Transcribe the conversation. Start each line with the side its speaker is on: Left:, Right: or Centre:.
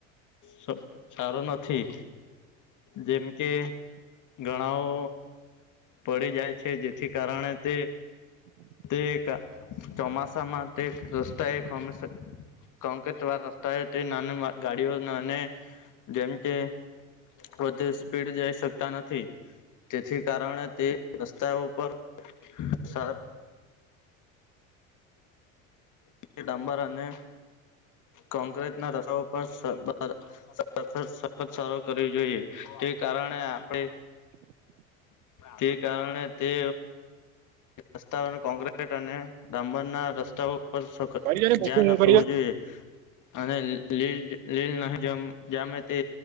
Left: સ સારું નથી જેમ કે ઘણાઓ પડી જાય છે જેથી કારણે તે તે એક ચોમાસામાં તે રસ્તા એક હંમેશા <unintelligible> રસ્તા તે નાની ગાડીઓ અને જેમ કે વધુ સ્પીડ જઈ શકતા નથી તેથી કારણે એ રસ્તાઓ પર સર ડામબર અને કોંક્રીટના રસાઓ <unintelligible> પર વખત સરળ કરવી જોઈએ તે કારણે આપણે તે કારણે તે રસ્તાને કોક્રટ અને ડામબર ના રસ્તાઓ પર સ
Right: કરી દો ને મોઘું
Left: ધ્યાન આપવું
Right: હું કરી દો.
Left: જોઈએ અને લીલ લીલ ન જામે તે